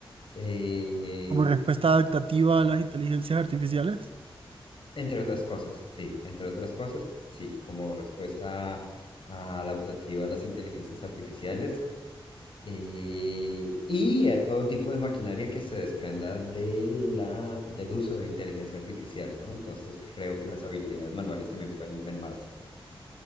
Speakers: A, on the left; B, on the right.
A: eh,
B: como respuesta adaptativa a las inteligencias artificiales.
A: entre otras cosas, sí, entre otras cosas, sí, como respuesta a- adaptativa a las inteligencias artificiales eh, y a todo tipo de maquinaria que se desprenda de la, del uso de inteligencia artificial, ¿no? Entonces creo que las habilidades manuales también pueden mermarse.